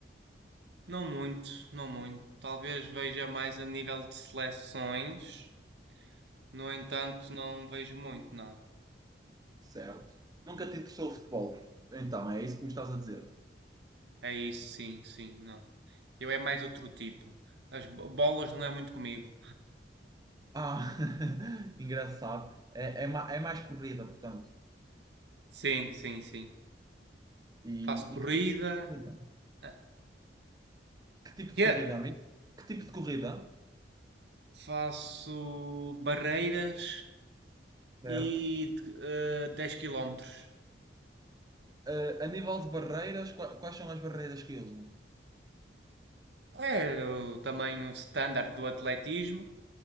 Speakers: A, on the right; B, on the right.
A: Não muito, não muito. Talvez veja mais a nível de seleções, no entanto, não vejo muito, não.
B: Certo. Nunca te interessou o futebol. Então, é isso que me estás a dizer.
A: É isso, sim, sim, não. Eu é mais outro tipo. As bo- bolas não é muito comigo.
B: Ah, <laughs> engraçado. É, é, ma- é mais corrida, portanto.
A: Sim, sim, sim.
B: E,
A: faço corrida,
B: e que tipo de corrida?
A: ah,
B: Que tipo
A: quê?
B: de corrida, amigo? Que tipo de corrida?
A: Faço barreiras
B: Certo.
A: e eh, 10 km.
B: Eh, a nível de barreiras, qua- quais são as barreiras que usam?
A: É o tamanho standard do atletismo,